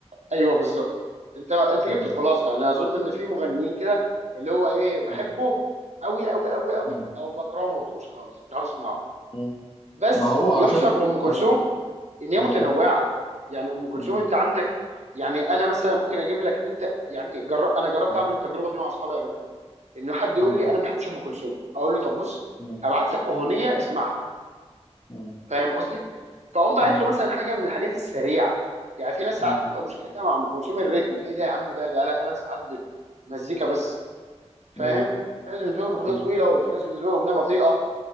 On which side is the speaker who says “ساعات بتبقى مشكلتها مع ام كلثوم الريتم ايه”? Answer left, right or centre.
Right